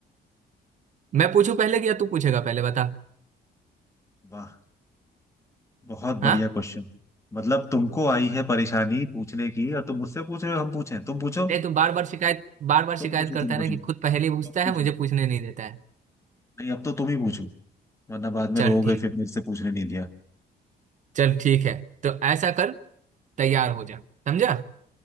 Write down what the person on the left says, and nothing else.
वाह बहुत बढ़िया
क्वेश्चन मतलब तुमको आई है परेशानी पूछने की और तुम मुझसे पूछ रहे हो हम पूछे तुम पूछो
तुम
पूछो
तुम पूछो
तुम पूछो
नहीं अब तो तुम ही पूछो वरना बाद में
रोओगे
फिर मेरे से पूछने नहीं दिया